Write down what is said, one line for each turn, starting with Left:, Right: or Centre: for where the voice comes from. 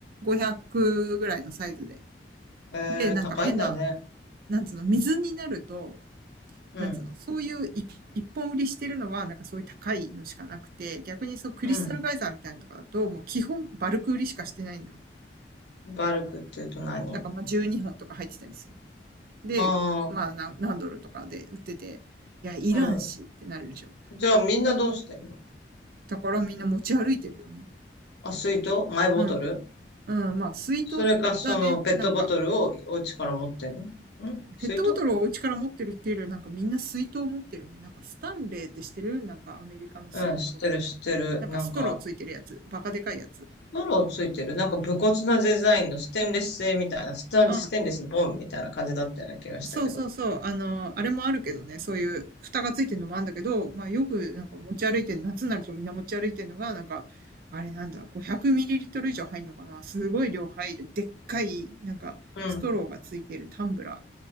Right: 500ぐらいのサイズで。
Left: えー、
Right: で、なんか変な、
Left: 高いんだね。
Right: なんつうの、水になると、
Left: うん、
Right: なんつうの、そういう一一本売りしてるのは、なんかそういう高いのしかなくて、逆にそうクリスタルガイザーみたいなのとかだと、
Left: うん。
Right: もう基本バルク売りしかしてないのよ。
Left: バルクって言うと何
Right: だからまあ12本とか入ってたりする。で、ごまあ何、
Left: ああ
Right: 何ドルとかで売ってて、いや、いらんしってなるでしょ。
Left: ー、うん。じゃあみんなどうしてんの
Right: だからみんな持ち歩いてるよね。
Left: あ、水筒マイボトル
Right: うん。うん。まあ、水筒だね。
Left: それか、その、ペットボトルをお家から持ってんのん水筒
Right: なんか、ペットボトルをお家から持ってるっていうよりは、なんかみんな水筒持ってるね。なんかスタンレーってしてるなんかアメリカの水筒。
Left: うん、知ってる、知ってる。
Right: なんかストローついてるやつ。
Left: なんか、
Right: バカでかいやつ。
Left: ロロついてる。なんか、武骨なデザインのステンレス製みたいな、スタン、
Right: うん。
Left: ステンレスボンみたいな感じだったような気がしたけど。
Right: そうそうそう。あの、あれもあるけどね、そういう蓋がついてるのもあるんだけど、まあよくなんか持ち歩いてる、夏になるとみんな持ち歩いてるのが、なんか、あれなんだ、500ml 以上入るのかなすごい量入る、でっかい、なんか、
Left: うん、うん。
Right: ストローがついてるタンブラ